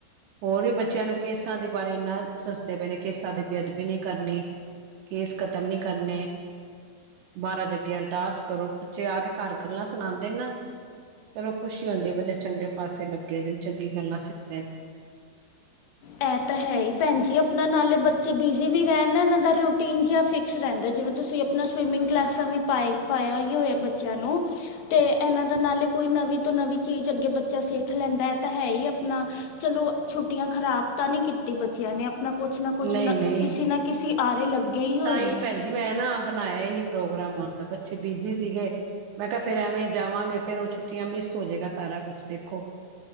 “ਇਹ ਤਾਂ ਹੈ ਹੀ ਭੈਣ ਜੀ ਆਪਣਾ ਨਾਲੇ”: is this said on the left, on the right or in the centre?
Left